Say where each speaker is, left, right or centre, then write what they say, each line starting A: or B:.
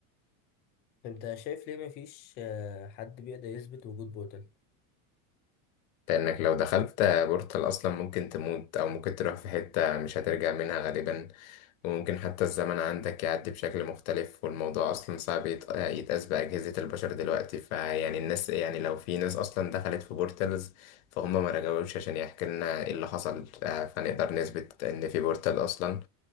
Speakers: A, on the left; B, on the left.
A: طب أنت شايف ليه مفيش آه، حد بيقدر يثبت وجود بورتال؟
B: لأنك لو دخلت بورتال أصلا ممكن تموت أو ممكن تروح في حتة مش هترجع منها غالبا وممكن حتى الزمن عندك يعدي بشكل مختلف والموضوع أصلا صعب يت- يتقاس بأجهزة البشر دلوقتي فيعني الناس يعني لو في ناس أصلا دخلت في بورتالز فهم ما رجعوش عشان يحكي لنا إيه اللي حصل آه، فنقدر نثبت إن في بورتال أصلا